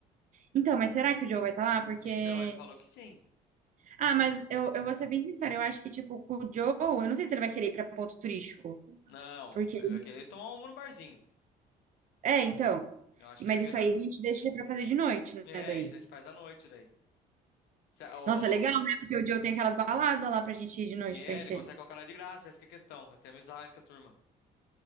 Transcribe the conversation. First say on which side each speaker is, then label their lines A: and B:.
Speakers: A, on the right; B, on the left.
A: Então, mas será que o Joe vai estar lá? Porque.
B: Então, ele falou que sim.
A: Ah, mas eu, eu vou ser bem sincera, eu acho que, tipo, com o Joe, eu não sei se ele vai querer ir pra ponto turístico.
B: Não,
A: Porque.
B: ele vai querer tomar uma no barzinho.
A: É, então.
B: Eu acho
A: Mas
B: que ele vai querer
A: isso
B: dar.
A: aí a gente deixa pra fazer de noite,
B: É,
A: né? Daí.
B: isso a gente faz à noite daí. Se- ó,
A: Nossa, legal, né? Porque o Joe tem aquelas baladas lá pra gente ir de noite
B: E é,
A: conhecer.
B: ele consegue colocar nós de graça, essa que é a questão. Vai ter amizade com a turma.